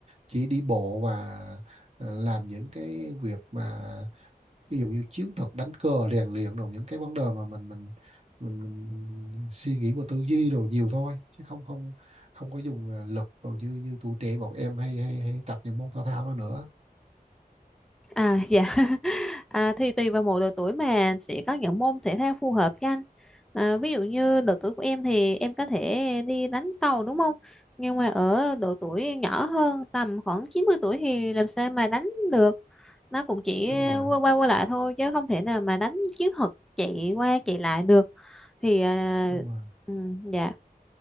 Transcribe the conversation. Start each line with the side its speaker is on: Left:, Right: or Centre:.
Right: chỉ đi bộ và ờ, làm những cái việc mà ví dụ như chiến thuật đánh cờ rèn luyện rồi những cái vấn đề mà mình mình mình, mình suy nghĩ và tư duy rồi nhiều thôi chứ không không không có dùng ờ, lực rồi như như tuổi trẻ bọn em hay hay, hay tập những môn thể thao đó nữa
Centre: À dạ <laughs> à, thì tùy vào mỗi độ tuổi mà sẽ có những môn thể thao phù hợp cho anh à, ví dụ như độ tuổi của em thì em có thể đi đánh cầu đúng không nhưng mà ở độ tuổi nhỏ hơn tầm khoảng 90 tuổi thì làm sao mà đánh được nó cũng chỉ
Right: đúng rồi
Centre: qua qua, qua lại thôi chứ không thể nào mà đánh chiến thuật chạy qua chạy lại được thì à,
Right: đúng rồi
Centre: ừ, dạ